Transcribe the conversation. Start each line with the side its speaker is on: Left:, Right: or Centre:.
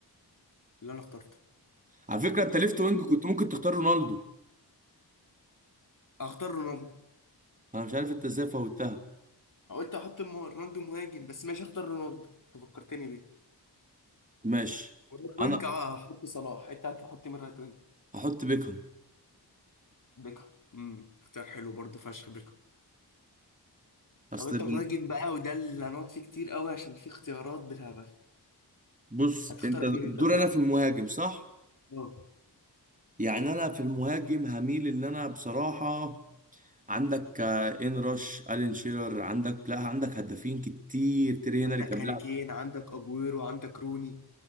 Left: اللي انا اخترته
Right: على فكرة انت ليفت وينج كنت ممكن تختار رونالدو
Left: هختار رونالدو
Right: انا مش عارف انت ازاي فوتها
Left: قلت احط م- رونالدو مهاجم بس ماشي اختار رونالدو انت فكرتني بيه
Right: ماشي
Left: ورايت وينج
Right: انا
Left: آه، هحط صلاح انت هتحط مين رايت وينج
Right: هحط بيكهام
Left: بيكهام امم اختيار حلو برضه فشخ بيكهام
Right: اصل
Left: طب انت مهاجم
Right: بن-
Left: بقى وده اللي هنقعد فيه كتير قوي عشان في اختيارات بالهبل
Right: بص
Left: هتختار
Right: انت
Left: مين
Right: دور
Left: انت دول؟
Right: انا في المهاجم صح
Left: اه
Right: يعني انا في المهاجم هميل اللي انا بصراحة عندك آه، ان رش الين شيرر عندك لا عندك هدافين كتير تيري
Left: عندك
Right: هنري كان
Left: هاري
Right: بيلعب
Left: كين عندك اجويرو عندك روني